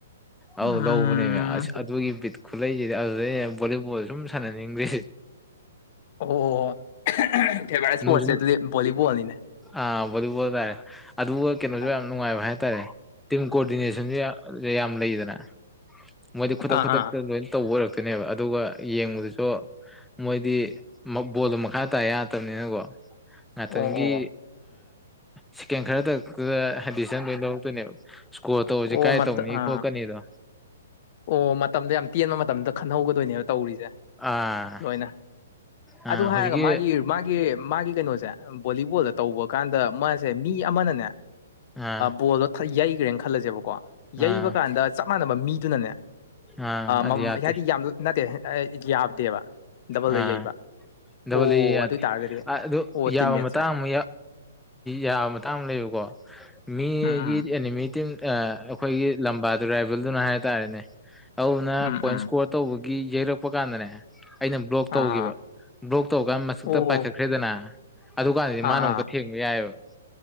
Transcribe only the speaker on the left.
ꯎꯝ
ꯑꯣ ꯐꯦꯕꯔꯥꯏꯠ ꯏꯁꯄꯣꯣꯔꯠꯁꯦ
ꯑꯗꯨꯗꯤ ꯣꯂꯤꯕꯣꯜꯅꯤꯅꯦ
ꯑꯥ
ꯑꯥ
ꯑꯥ
ꯑꯣ ꯑꯣ
ꯑꯣ
ꯃ
ꯑ
ꯑꯣ ꯃꯦ ꯑ ꯇꯤ ꯃꯇꯝꯗ ꯈꯟꯍꯧꯒꯗꯣꯏꯅꯦꯕ ꯇꯧꯔꯤꯁꯦ
ꯂꯣꯏꯅ
ꯑꯗꯨ ꯍꯥꯏꯔꯒ
ꯃꯥꯒꯤ ꯃꯥꯒꯤ ꯃꯥꯒꯤ ꯀꯩꯅꯣꯁꯦ ꯚꯣꯂꯤꯕꯣꯜꯗ ꯇꯧꯕ ꯀꯥꯟꯗ ꯃꯥꯁꯦ ꯃꯤ ꯑꯃꯅꯅꯦ
ꯕꯣꯜꯗꯣ ꯌꯩꯈ꯭ꯔꯦꯅ ꯈꯜꯂꯁꯦꯕꯀꯣ ꯌꯩꯕ
ꯀꯥꯟꯗ ꯆꯞ ꯃꯥꯟꯅꯕ ꯃꯤꯗꯨꯅꯅꯦ
ꯃ ꯍꯥꯏꯕꯗꯤ ꯌꯥꯝ ꯅꯠꯇꯦ ꯌꯥꯗꯦꯕ ꯗꯕꯜꯗ
ꯌꯩꯕ
ꯑꯣ
ꯑꯗꯨꯏ ꯇꯥꯔꯒꯗꯤ
ꯑꯣ
ꯇꯤꯝꯃꯦꯠꯁꯦ
ꯎꯝ ꯎꯝ
ꯎꯝ
ꯎꯝ
ꯑꯥ
ꯑꯥ
ꯑꯣ
ꯑꯥ
ꯑꯥ